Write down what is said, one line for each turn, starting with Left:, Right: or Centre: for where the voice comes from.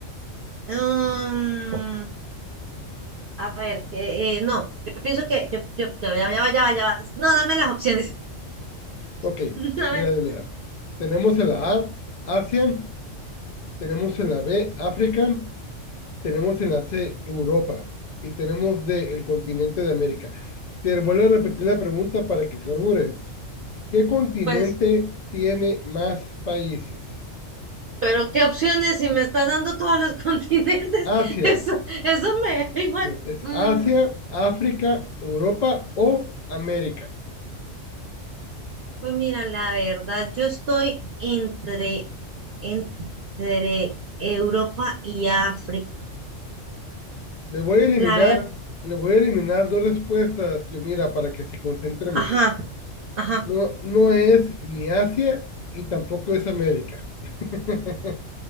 Right: Mm, a ver, que eh, no, yo pienso que yo, yo, ya, va, ya, va, ya, va, ya va. No, dame las opciones.
Left: Ok,
Right: <laughs> A
Left: mira,
Right: ver,
Left: mira. Tenemos en la A, Asia, tenemos en la B, África, tenemos en la C, Europa y tenemos D, el continente de América. Te vuelvo a repetir la pregunta para que carbures. ¿Qué continente
Right: pues,
Left: tiene más países?
Right: pero qué opciones si me está dando todos los <laughs> continentes.
Left: Asia,
Right: Eso, eso me <laughs> da igual.
Left: es
Right: Mm,
Left: Asia, África, Europa o América.
Right: pues mira, la verdad, yo estoy entre, entre Europa y África.
Left: Le voy a eliminar,
Right: La verdad,
Left: le voy a eliminar dos respuestas, yo mira, para que se concentre mejor.
Right: ajá, ajá.
Left: No, no es ni Asia y tampoco es América. <laughs>